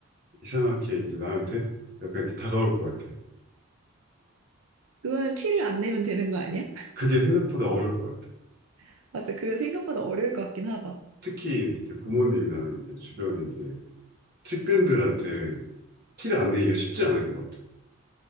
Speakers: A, on the right; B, on the right.
A: 이상하게 이제 나한테 약간 이렇게 다가올 것 같아.
B: 그거는 티를 안 내면 되는 거 아니야?
A: 그게 생각보다 어려울 것 같아.
B: <laughs> 맞아. 그거 생각보다 어려울 것 같긴 하다.
A: 특히 이렇게 부모님이나 이제 주변에 이제 측근들한테 티를 안 내기가 쉽지 않을 것 같아.